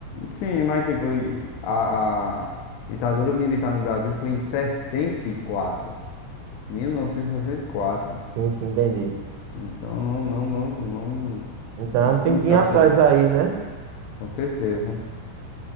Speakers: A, on the left; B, on the right.
A: Sim, mas tipo, e- a, a ditadura militar no Brasil foi em sessenta sessenta e quatro mil novecentos e sessenta e quatro
B: Sim, sim, entendi.
A: Então não, não, não, não,
B: Então,
A: não
B: um
A: se
B: tempinho
A: encaixa
B: atrás
A: nisso,
B: aí, né?
A: com certeza.